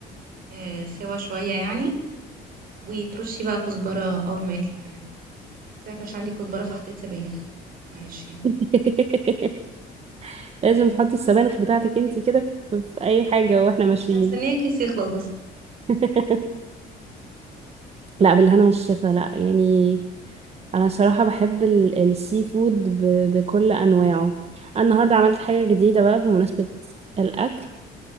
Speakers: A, on the right; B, on the right.
A: آه، سوا شوية يعني وترشي بقى كزبرة أول ما يطلع يعني بس أنا كانش عندي كزبرة فحطيت سبانخ معلش يعني
B: <laughs> لازم تحطي السبانخ بتاعتك انتي كده في في اي حاجة واحنا ماشيين
A: أنا مستنية كيس يخلص بس
B: <laughs> لا بالهنا والشفا لا يعني انا صراحة بحب ال- السي فود ب- بكل انواعه انا النهاردة عملت حاجة جديدة بقى بمناسبة الاكل